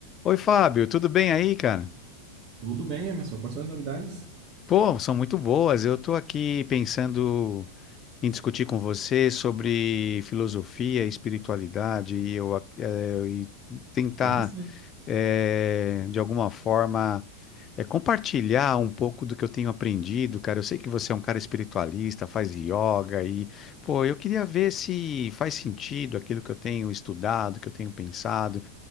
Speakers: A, on the left; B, on the right.
A: Oi, Fábio, tudo bem aí, cara?
B: Tudo bem, Emerson. Quais são as novidades?
A: Pô, são muito boas. Eu tô aqui pensando em discutir com você sobre filosofia, espiritualidade e, eu, ac- eh, e tentar,
B: Pode ser.
A: eh, de alguma forma, eh, compartilhar um pouco do que eu tenho aprendido, cara. Eu sei que você é um cara espiritualista, faz yoga e, pô, eu queria ver se faz sentido aquilo que eu tenho estudado, que eu tenho pensado